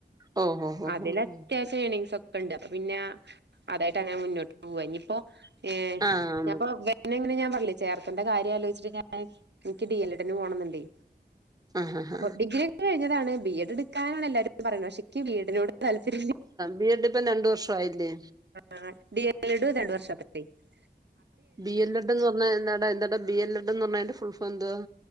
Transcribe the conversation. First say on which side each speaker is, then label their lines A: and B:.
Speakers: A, on the right; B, on the right.
A: ഓഹോ ഹോ
B: അതിലെറ്റ
A: ഹോ ഹോ
B: ഏണിങ്സ് ഒക്കെ ഉണ്ട്. അപ്പൊ, പിന്ന അതായിട്ട് അങ്ങനെ മുന്നോട്ട്- പോവ, ഇനിയിപ്പോ, ഏ,
A: ആഹ്
B: ഞപ്പൊ പിന്നെ, ഇങ്ങനെ ഞാൻ പറഞ്ഞ ല്ലേ? ചേർത്തണ്ടെ കാര്യം ആലോചിട്ട്. ഞാൻ, എനിക്ക് ഡി എൽ എഡന് പോണന്നു ണ്ടെ..
A: ആഹ് ആഹ്
B: അപ്പൊ ഡിഗ്രി എടുത്ത് കഴിഞ്ഞതാണ് ബി എ ഡ് ക്കാനാണ് എല്ലാരും പറയണത്. പക്ഷേ എനിക്ക് ബി എ ഡ് നോട് താല്പര്യ ല്ല.
A: ബീ എഡ് ഇപ്പ രണ്ടു വർഷായില്ലേ?
B: ആഹ് <unintelligible> രണ്ട് വർഷ <unintelligible>
A: ബി എൽ എഡ് എന്ന് പറഞ്ഞാൽ എന്താടാ, എന്താടാ, ബി എൽ എഡ് എന്ന് പറഞ്ഞാൽ, അതിന്റെ ഫുൾ ഫോം എന്തുവാ,